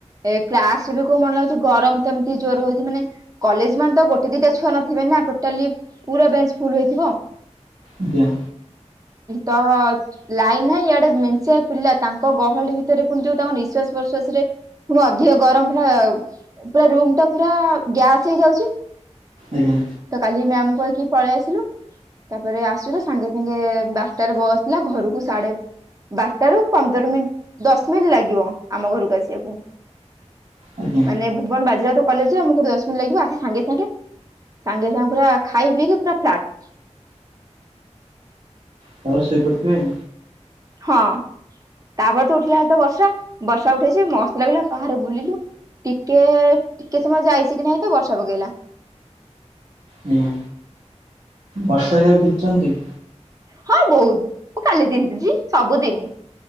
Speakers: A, on the right; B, on the right.
A: ଏ କ୍ଲାସ୍ ରେ ବି କୋଉ ମନ ଲାଗୁଚି ଗରମ ତ ଏମତି ଜୋରେ ହଉଚି ମାନେ କଲେଜ୍ ମାନେ ତ ଗୋଟେ ଦିଟା ଛୁଆ ନଥିବେ ନା ଟୋଟାଲି ପୁରା ବେଞ୍ଚ ଫୁଲ୍ ହେଇଥିବ।
B: ଆଜ୍ଞା।
A: ତ ଲାଇନ ନାହିଁ, ଇଆଡେ ମେଞ୍ଚାଏ ପିଲା ତାଙ୍କ ଗହଳି ଭିତରେ ପୁଣି ଯୋଉ ତାଙ୍କ ନିସ୍ ନିଃଶ୍ୱାସ ପ୍ରଶ୍ୱାସରେ ପୁଣି ଅଧିକ ଗରମ ପୁରା ପୁରା ରୁମ୍ ଟା ପୁରା ଗ୍ୟାସ୍ ହେଇଯାଉଚି।
B: ଆଜ୍ଞା।
A: ତ କାଲି ମ୍ୟାମ୍ କୁ କହିକି ପଳେଇ ଆସିଲୁ। ତାପରେ ଆସିଲୁ ତ ସାଙ୍ଗେ ସାଙ୍ଗେ ବାରଟା ରେ ବସ୍ ଥିଲା, ଘରକୁ ସାଢେ ବାରଟା ରୁ ପନ୍ଦର ମିନିଟ ଦଶ ମିନିଟ୍ ଲାଗିବ। ଆମ ଘରକୁ ଆସିବାକୁ।
B: ଆଜ୍ଞା
A: ମାନେ ଭୁବନ ବାଜିରାଉତ କଲେଜରେ ଆମକୁ ଦଶ ମିନିଟ ଲାଗିବ। ଆସି ସାଙ୍ଗେ ସାଙ୍ଗେ ସାଙ୍ଗେ ସାଙ୍ଗେ ପୁରା ଖାଇ ପିକି ପୁରା ଫ୍ଲାଟ୍।
B: ତାପରେ ଶୋଇପଡିଥିବେ।
A: ହଁ। ତାପରେ ତ ଉଠିଲା ବେଳକୁ ତ ବର୍ଷା। ବର୍ଷା ଉଠେଇଚି ମସ୍ତ ଲାଗିଲା ବାହାରେ ବୁଲିଲୁ। ଟିକେ ଟିକେ ସମୟ ଯାଇଚି କି ନାଇଁ ତ ବର୍ଷା ପକେଇଲା।
B: ଆଜ୍ଞା। ବର୍ଷାରେ କେବେ ଭିଜିଛନ୍ତି?
A: ହଁ ବହୁତ୍। ମୁଁ କାଲି ତିନ୍ତିଚି। ସବୁଦିନି,